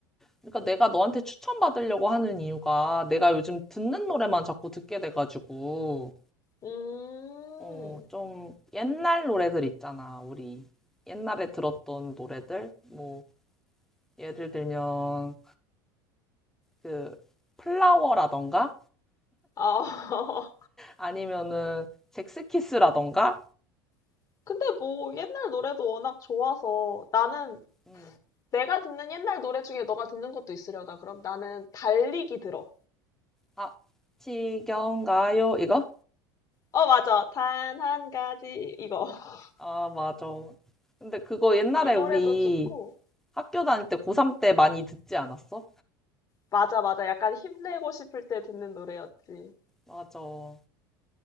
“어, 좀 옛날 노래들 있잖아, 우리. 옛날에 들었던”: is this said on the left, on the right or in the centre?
Centre